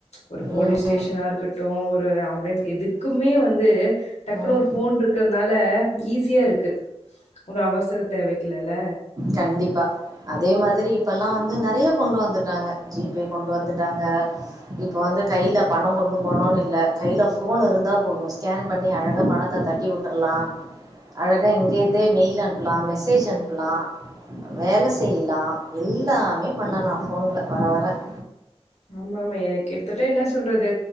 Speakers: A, on the left; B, on the right.
A: ஒரு போலீஸ்
B: ம்
A: ஸ்டேஷனா இருக்கட்டும் ஒரு ஆம்புலன்ஸ் எதுக்குமே வந்து டக்குனு
B: ம்
A: ஒரு போன் இருக்கிறதுனால ஈஸியா இருக்கு உங்க அவசர தேவைக் குலல்ல
B: கண்டிப்பா. அதே மாதிரி இப்பல்லாம் வந்து நெறைய கொண்டு வந்துட்டாங்க ஜி பே கொண்டு வந்துட்டாங்க இப்ப வந்து கை கையில பணம் கொண்டு போகணும்ன்னு இல்லை கையில் ஃபோன் இருந்தால் போதும் ஸ்கேன் பண்ணி அழகா பணத்தை தட்டி விட்டுருலாம் அழகா இங்கேருந்தே மெயில் அனுப்பலாம் மெசேஜ் அனுப்ப லாம் வேலை செய்யலாம் எல்லாமே பண்ணாம் நான் போன்ல வர வரேன்
A: ஆமா ஆமா எனக்கு எடுத்துட்ட என்ன சொல்றது